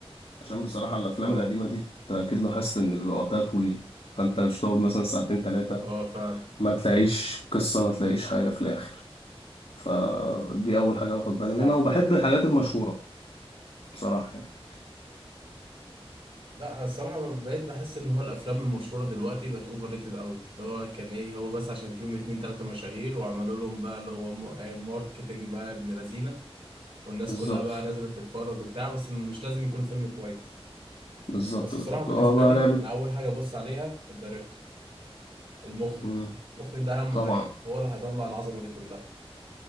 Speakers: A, on the left; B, on the right.
A: عشان بصراحة الأفلام
B: اه
A: القديمة دي أنت أكيد لاحظت إن بيبقى وقتها طويل فأنت مش تقعد مثلا ساعتين تلاتة
B: اه فعلا
A: ما تلاقيش قصة ما تلاقيش حاجة في الآخر فدي أول حاجة باخد بالي
B: صح
A: منها وبحب الحاجات المشهورة بصراحة يعني
B: لا الصراحة بقيت بحس ان هو الافلام المشهورة دلوقتي بقت اوفر ريتد قوي اللي هو كان ايه هو بس عشان فيهم اتنين تلاتة مشاهير وعملوا لهم بقى اللي هو مو- آه، ماركتينج بقى ابن لذينة والناس
A: بالظبط
B: كلها بقى نازلة تتفرج وبتاع بس مش لازم يكون الفيلم كويس
A: بالظبط
B: بس
A: بالظبط
B: الصراحة بالنسبة
A: هو بقى
B: لي
A: لعبة
B: انا اول حاجة ببص عليها الدايركتور المخرج
A: مم.
B: المخرج ده اهم
A: طبعا
B: حاجة هو اللي هيطلع العظمة دي كلها